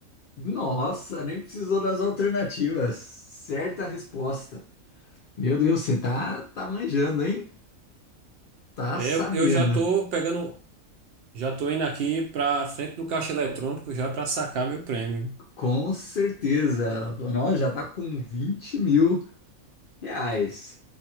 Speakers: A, on the left; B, on the right.
A: Nossa, nem precisou das alternativas. Certa resposta. Meu Deus, você tá, tá manjando, hein? Tá
B: É,
A: sabendo.
B: eu, eu já tô pegando, já tô indo aqui pra frente do caixa eletrônico já pra sacar meu prêmio.
A: Com certeza. Ela falou, Nossa, já tá com vinte mil reais.